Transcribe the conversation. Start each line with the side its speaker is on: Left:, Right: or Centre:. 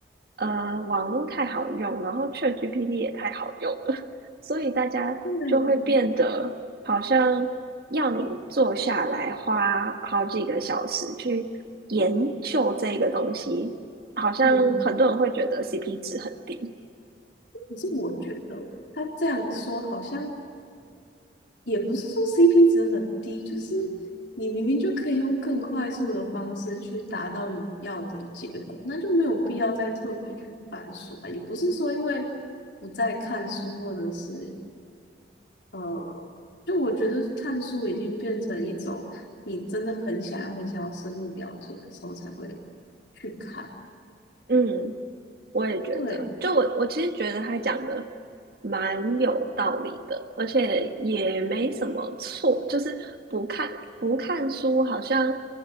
Right: 呃，网络太好用，然后 ChatGPT 也太好用了，<laughs> 所以大家就会变得好像要你坐下来花好几个小时去研究这个东西，
Left: 对，
Right: 好像很多人会觉得
Left: 嗯，
Right: CP 值很低。
Left: 可是我觉得他这样说好像也不是说 CP 值很低，就是你明明就可以用更快速的方式去达到你要的结果，那就没有必要再特别去翻书啊。也不是说因为不再看书，或者是呃，就我觉得看书已经变成一种你真的很想要、很想要深入了解的时候才会去看。
Right: 嗯，我也觉得，
Left: 对，
Right: 就我我其实觉得他讲的蛮有道理的，而且也没什么错，就是不看不看书好像